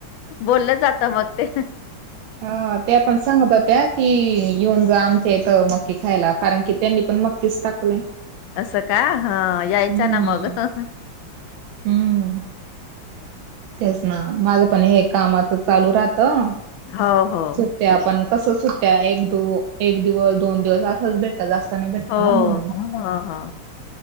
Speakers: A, on the left; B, on the right.
A: बोललं जात मग ते.
B: आ, ते पण सांगत होऽऽ त्या कि येऊन जा आमच्या येत मक्की खायला,, कारण कि त्यांनी पण मक्कीच टाकलेय
A: असं का हा यायचा
B: हम्म
A: ना मग,, हहह
B: हम्म तेच ना,, माझंऽऽ पण हे कामाच चालू राहतं,,
A: हो हो
B: सुट्ट्या पणऽ कस सुट्या,, एक, दो, एक दिवस, दोन दिवस असंच भेटंऽऽ जास्त नाही भेटत
A: हो,
B: ना म्हणून,,,
A: हो,